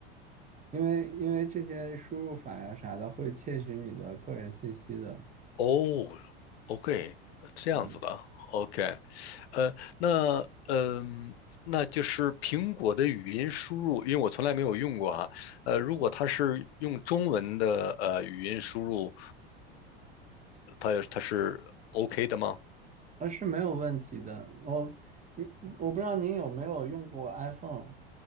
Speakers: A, on the right (about 25°); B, on the left (about 80°).
A: 因为因为这些输入法呀啥的会窃取你的个人信息的，
B: 哦，OK，这样子的，OK，
A: 嗯。
B: 呃，那嗯。那就是苹果的语音输入，因为我从来没有用过啊。呃，如果它是用中文的呃语音输入，它它是 OK 的吗？
A: 啊，是没有问题的。我，嗯，我不知道您有没有用过 iPhone。